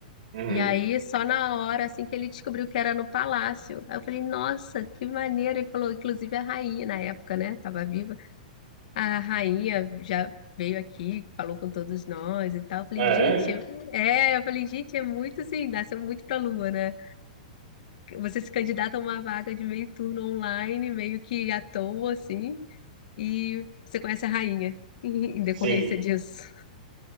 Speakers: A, on the right (about 80°); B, on the left (about 65°).
A: uhum.
B: E aí, só na hora, assim, que ele descobriu que era no palácio. Aí eu falei, nossa, que maneiro. Ele falou, inclusive a rainha, na época, né? Tava viva. A rainha já veio aqui, falou com todos nós e tal. Eu falei,
A: É,
B: gente, é... é, eu falei, gente, é muito assim, nasceu muito pra lua, né? você se candidata a uma vaga de meio turno online, meio que à toa, assim, e você conhece a rainha <laughs> em decorrência
A: sim,
B: disso.